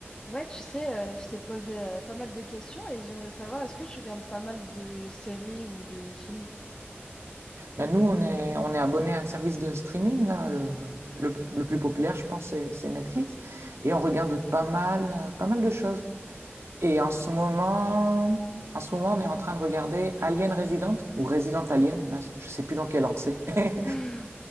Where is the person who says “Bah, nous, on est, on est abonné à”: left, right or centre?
Right